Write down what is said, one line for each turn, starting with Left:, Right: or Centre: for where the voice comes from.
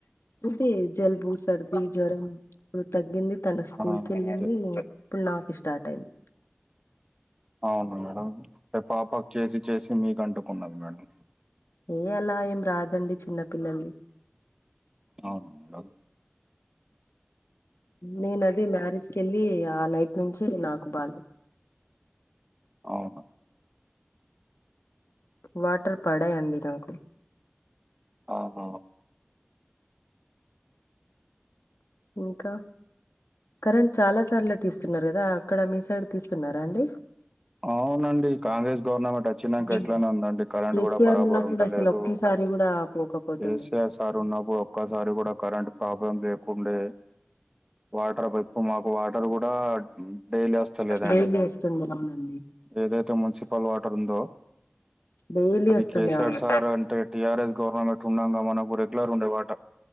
Left: అదే జలుబు సర్ది జ్వరం ఇప్పుడు తగ్గింది తను స్కూల్
Right: ఆ
Left: కేళ్ళింది
Right: ఇదే
Left: ఇప్పుడు నాకి స్టార్ట్ అయింది
Right: అవును మేడం పాపకు చేసి చేసి మీకు అంటుకున్నది మేడం
Left: ఏ అలా ఏ రాదండి చిన్న పిల్లల్దీ
Right: అవును మేడం
Left: నేను అది మ్యారేజ్కి వెళ్ళి ఆ నైట్ నుంచి నాకు బాలేదు
Right: అవును
Left: వాటర్ పడయండి నాకు
Right: ఆహా
Left: ఇంకా కరెంట్ చాలా సార్లే తీస్తున్నారు కదా అక్కడ మీ సైడ్ తీస్తున్నారా అండి
Right: అవునండి కాంగ్రెస్ గవర్నమెంట్ వచ్చినాక ఎట్లనే
Left: ఉమ్,
Right: ఉందండి కరెంట్
Left: కేసీఆర్
Right: కూడా బరాబరు
Left: ఉన్నప్పుడు
Right: ఉండలేదు
Left: అసలు ఒక్కసారి కూడా పోకపోతుండే
Right: ఏసఆర్ సార్ ఉన్నప్పుడు ఒక్కసారి కూడా కరెంట్ ప్రాబ్లం లేకుండే. వాటర్ పైప్పు మాకు వాటర్ కూడా డైలీ వస్తా లేదండి.
Left: డైలీ వస్తుండే అవునండి
Right: ఏదైతే మున్సిపల్ వాటర్ ఉందో.
Left: డైలీ
Right: అది
Left: వస్తుండే
Right: కేసీఆర్
Left: అవును
Right: సార్ అంటే టీఆర్ఎస్ గవర్నమెంట్ ఉండంగా మనకు రెగ్యులర్ ఉండేవాట.